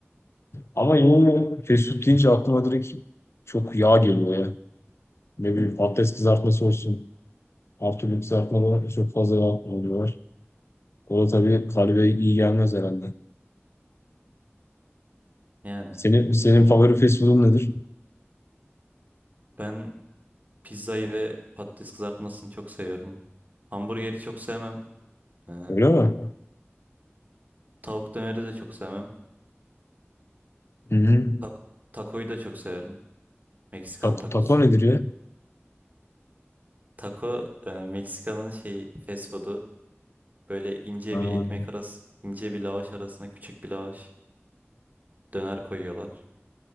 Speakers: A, on the left (about 70°); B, on the right (about 35°).
A: Ama yine fast food deyince aklıma direkt çok yağ geliyor ya. Ne bileyim patates kızartması olsun. Her türlü kızartmalara çok fazla yağ kullanıyorlar. O da tabii kalbe iyi gelmez herhalde.
B: Yani
A: Senin senin favori fast food'un nedir?
B: ben pizzayı ve patates kızartmasını çok seviyorum. Hamburgeri çok sevmem. Ee,
A: Öyle mi?
B: Tavuk döneri de çok sevmem.
A: Hı hı.
B: Tak takoyu da çok severim. Meksikan
A: Tak-
B: tacos.
A: taco nedir ya?
B: Taco e, Meksika'nın şey fast food'u. Böyle ince
A: Ha,
B: bir ekmek arası, ince bir lavaş arasına küçük bir lavaş döner koyuyorlar.